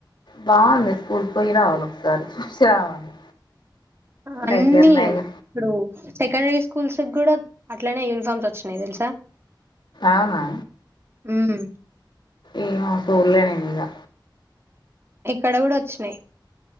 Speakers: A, on the left; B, on the right.
A: బాగుంది స్కూల్, పోయి రావాల్ ఒకసారి చూసి రావాలి
B: అన్నీ
A: దగ్గరనే
B: ఇప్పుడు
A: ఇగ
B: సెకండరీ స్కూల్స్ కూడా అట్లనే యూనిఫార్మ్స్ వచ్చినయి తెలుసా
A: అవునా
B: మ్మ్
A: ఏమో సూడలే నేన్ ఇగా
B: ఇక్కడ కూడా వచ్చినాయి్